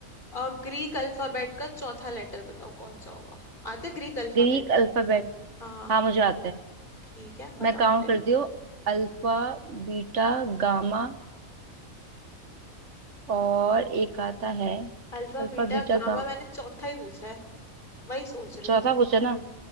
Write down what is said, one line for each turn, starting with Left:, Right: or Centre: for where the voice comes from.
Left: अ, ग्रीक अल्फाबेट का चौथा लेटर बताओ कौन सा होगा आते ग्रीक अल्फाबेट
Right: ग्रीक अल्फाबेट
Left: हाँ
Right: हाँ मुझे आता है
Left: ठीक है बताओ
Right: मैं काउंट करती हूँ अल्फा बीटा गामा और एक आता है
Left: अल्फा
Right: Alpha
Left: बीटा
Right: beta
Left: गामा
Right: gamma
Left: मैंने चौथा ही पूछा है वही सोच रहे
Right: चौथा
Left: हो
Right: पूछा ना